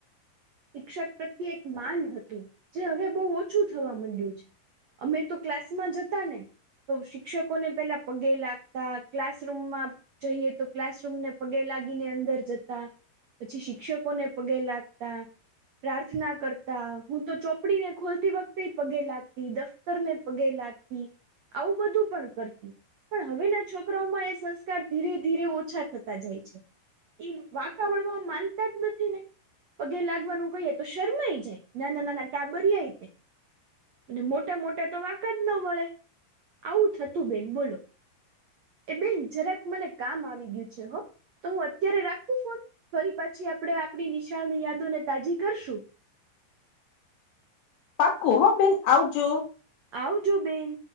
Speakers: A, on the right; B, on the left.
A: શિક્ષક પ્રત્યે એક માન હતું જે હવે બહુ ઓછું થવા માંડ્યું છે અમે તો ક્લાસ માં જતા ને તો શિક્ષકોને પેલા પગે લાગતા ક્લાસરૂમમાં જઈએ તો ક્લાસરૂમને પગે લાગીને અંદર જતા પછી શિક્ષકોને પગે લાગતા પ્રાર્થના કરતા હું તો ચોપડી ને ખોલતી વખતે પગે લાગતી દફતર ને પગે લાગતી આવું બધું પણ કરતી પણ હવેના છોકરાઓમાં એ સંસ્કાર ધીરે ધીરે ઓછા થતા જાય છે એ વાકવરવા માનતા જ નથી ને પગે લાગે ગઈ તો શરમાઈ જાય નાના નાના ટાબરિયા તે અને મોટા મોટા તો વાંકા જ ન વે આવું થતું બેન બોલો એ બેન જરાક મને કામ આવી ગયું છે હો તો હું અત્યારે રાખું ફોન ફરી પાછી આપડણે આપણી નિશાળની યાદોને તાજી કરશું
B: પાકું હ બેન આવજો
A: આવજો બેન